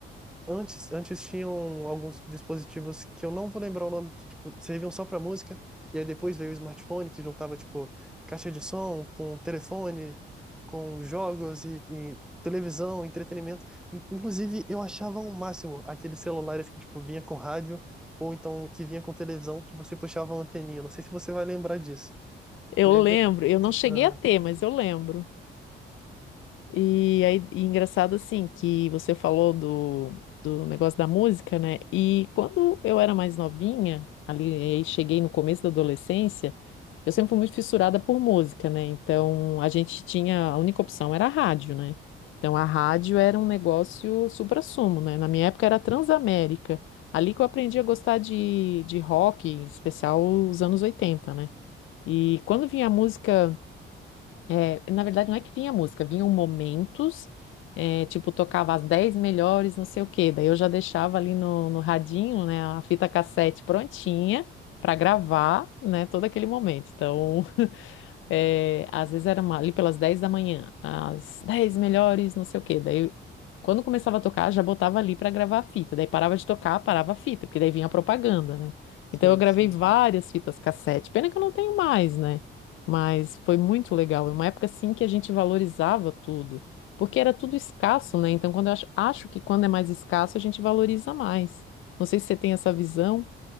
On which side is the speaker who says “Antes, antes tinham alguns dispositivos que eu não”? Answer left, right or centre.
Centre